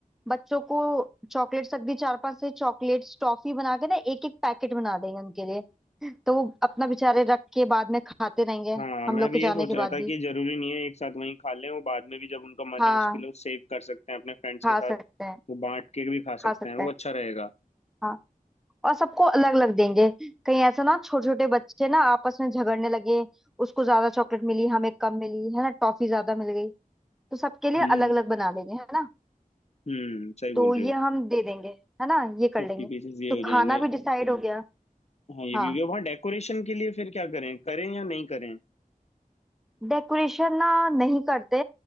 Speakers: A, in the centre; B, on the left.
A: बच्चों को चॉकलेट तक भी चार पांच से चॉकलेट्स टॉफी बना के ना एक एक पैकेट बना देंगे उनके लिए तो वो अपना बेचारे रख के बाद में खाते रहेंगे
B: हाँ मैं
A: हम लोग
B: भी
A: के जाने
B: ये सोच
A: के
B: रहा
A: बाद
B: था
A: भी
B: कि जरूरी नहीं है एक साथ वहीं खा लें वो बाद में भी जब उनका मन
A: हाँ
B: है उसके लिए सेव कर सकते हैं अपने फ्रेंड्स
A: खा
B: के साथ
A: सकते हैं
B: वो बांट के भी खा
A: खा
B: सकते
A: सकते
B: हैं वो
A: हैं
B: अच्छा रहेगा
A: हाँ और सबको अलग अलग देंगे कहीं ऐसा ना छोटे छोटे बच्चे ना आपस में झगड़ने लगे उसको ज्यादा चॉकलेट मिली हमें कम मिली है ना टॉफी ज्यादा मिल गई तो सबके लिए
B: हम्म
A: अलग अलग बना लेंगे है ना
B: हम्म सही बोल
A: तो
B: रहे
A: ये
B: हो
A: हम दे देंगे है ना ये कर
B: फिफ्टी
A: लेंगे
B: पीसेस ये
A: तो
B: हो
A: खाना
B: जाएंगे
A: भी डिसाइड हो हम्म गया
B: हाँ ये
A: हाँ
B: भी हो गया वहाँ डेकोरेशन के लिए फिर क्या करें करें या नहीं करें
A: डेकोरेशन ना नहीं करते